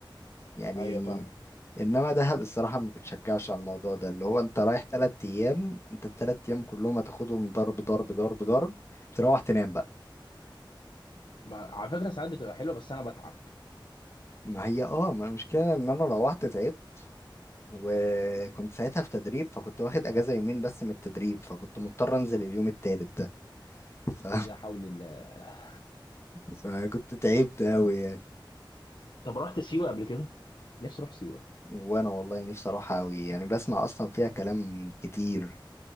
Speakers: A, on the left; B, on the left.
A: يعني
B: ايوه فاهمك
A: انما دهب الصراحه ما بتشجعش على الموضوع ده اللي هو انت رايح تلات ايام انت التلات ايام كلهم هتاخدهم ضرب ضرب ضرب ضرب تروح تنام بقى
B: ما على فكره ساعات بتبقى حلوه بس انا بتعب
A: ما هي اه ما المشكله ان انا روحت تعبت وكنت ساعتها في تدريب فكنت واخد اجازه يومين بس من التدريب فكنت مضطر انزل اليوم التالت ده <laughs> ف...
B: يا حول الله
A: فكنت تعبت قوي يعني
B: طب رحت سيوه قبل كده نفسي اروح سيوه
A: وانا والله نفسي اروح قوي يعني بسمع اصلا فيها كلام كتير